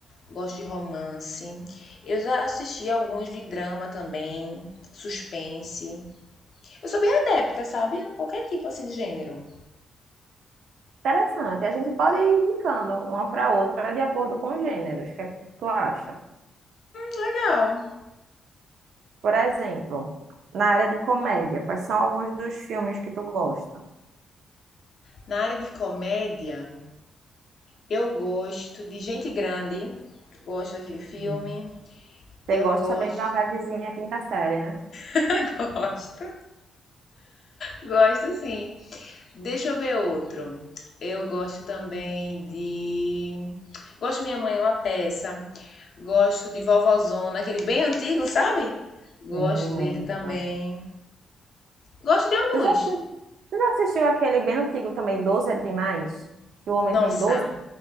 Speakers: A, on the left (about 50°); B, on the right (about 70°).
A: gosto de romance. Eu já assisti alguns de drama também, suspense. Eu sou bem adepta, sabe? Qualquer tipo assim de gênero.
B: Interessante, a gente pode ir indicando uma para outra de acordo com os gêneros. O que é que tu acha?
A: Legal.
B: Por exemplo, na área de comédia, quais são alguns dos filmes que tu gosta?
A: Na área de comédia, Eu gosto de Gente Grande, gosto daquele filme.
B: Hum, Você
A: eu
B: gosta
A: gosto
B: bem de uma vibezinha quinta série, né?
A: <laughs> gosto. Gosto sim. Deixa eu ver outro. Eu gosto também de. Gosto de Minha Mãe é uma peça. Gosto de Vovozona, aquele bem antigo, sabe? Gosto
B: Sim, muito.
A: dele também. Gosto de alguns.
B: Tu já, assi- tu já assistiu aquele bem antigo também, 12 é demais? Que o homem
A: Nossa,
B: tem 12?